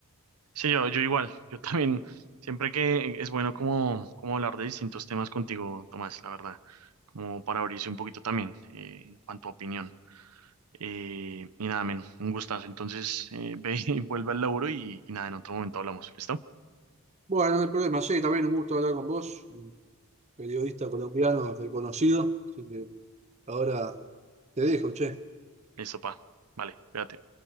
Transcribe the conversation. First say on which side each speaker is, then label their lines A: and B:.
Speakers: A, on the right; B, on the right.
A: Sí, yo, yo igual. Yo también, siempre que es bueno como, como hablar de distintos temas contigo, Tomás, la verdad, como para abrirse un poquito también eh, en cuanto a opinión. Eh, y nada, men, un gustazo. Entonces, eh, ve <laughs> y vuelve al laburo y, y nada, en otro momento hablamos. ¿Listo?
B: Bueno, no hay problema, sí, también un gusto hablar con vos, un periodista colombiano reconocido, así que ahora te dejo, che.
A: Listo, pa. Vale, cuídate.